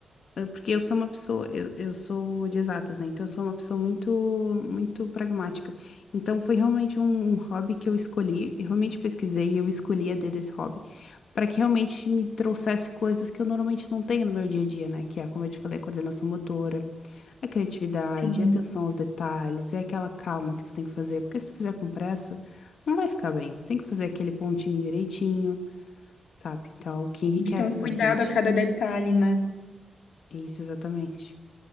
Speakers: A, on the left (about 60°); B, on the left (about 75°).
A: eh, porque eu sou uma pessoa, eu, eu sou de exatas, né? Então eu sou uma pessoa muito, muito pragmática. Então foi realmente um, um hobby que eu escolhi, eu realmente pesquisei e eu escolhi a dedo esse hobby, para que realmente me trouxesse coisas que eu normalmente não tenho no meu dia a dia, né? Que é, como eu te falei, a coordenação motora. É criatividade,
B: Sim.
A: é atenção aos detalhes, é aquela calma que tu tem que fazer, porque se tu fizer com pressa, não vai ficar bem. Tu tem que fazer aquele pontinho direitinho, sabe? Então, é o que enriquece
B: Tem que ter um cuidado
A: bastante.
B: a cada detalhe, né?
A: Isso, exatamente.